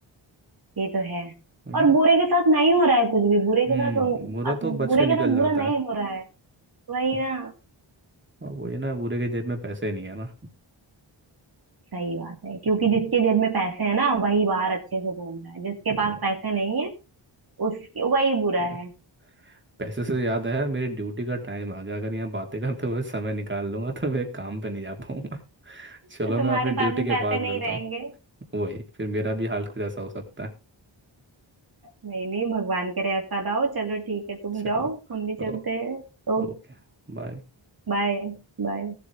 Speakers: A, on the right; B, on the right.
A: ये तो है
B: वही
A: और
B: ना
A: बुरे के साथ नहीं हो रहा है कुछ भी बुरे के
B: हम्म
A: साथ उन,
B: बुरा
A: अत-
B: तो बच
A: बुरे
B: के निकल
A: के साथ
B: जाता
A: बुरा नहीं
B: है
A: हो रहा है वही
B: हम्म,
A: ना
B: और वही ना बुरे के जेब में पैसे नहीं है ना
A: सही बात है क्योंकि
B: हम्म,
A: जिसके जेब में पैसे हैं ना वही बाहर अच्छे से घूम रहा है जिसके
B: वो
A: पास पैसे नहीं है उस वही बुरा
B: है।
A: है
B: पैसे से याद आया मेरी ड्यूटी का टाइम आ गया अगर यहाँ बातें करते हुए समय निकाल लूंगा तो मैं काम पे नहीं जा पाऊंगा <laughs> चलो
A: तो तुम्हारे
B: मैं अपनी ड्यूटी
A: पास भी
B: के
A: पैसे
B: बाद मिलता
A: नहीं रहेंगे
B: हूँ वही फिर मेरा भी हाल कुछ ऐसा हो सकता है
A: नहीं नहीं भगवान करे ऐसा ना हो चलो ठीक है तुम
B: चलो
A: जाओ हम भी
B: ओ
A: चलते हैं ओके
B: ओके बाय
A: बाय बाय